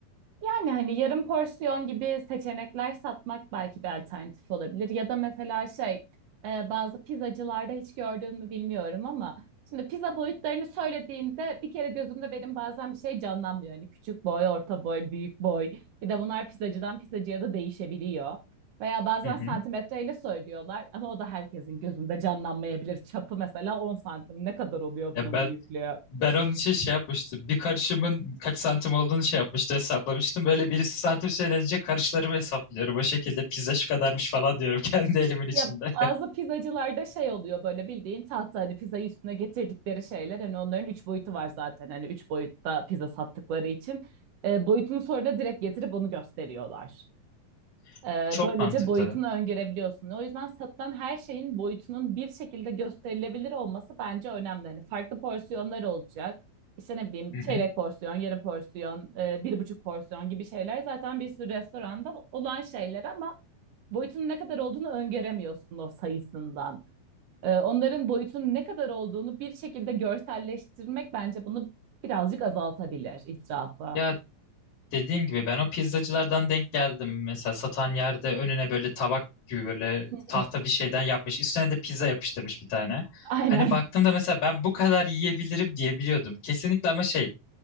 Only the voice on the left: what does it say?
Hı hı.
Ya
ben
Ben onun için şey yapmıştım. Bir karışımın kaç santim olduğunu şey yapmıştı hesaplamıştım. Böyle birisi santim söylenince karışlarımı hesaplıyorum. O şekilde pizza şu kadarmış falan diyorum <laughs> kendi elimin içinde.
<laughs>
Çok
mantıklı.
Hı
hı.
Ya dediğim gibi ben o pizzacılardan denk geldim. Mesela satan yerde önüne böyle tabak gibi böyle
tahta bir şeyden yapmış. Üstüne de pizza yapıştırmış bir tane.
Hani baktığımda mesela ben bu kadar yiyebilirim diyebiliyordum. Kesinlikle ama şey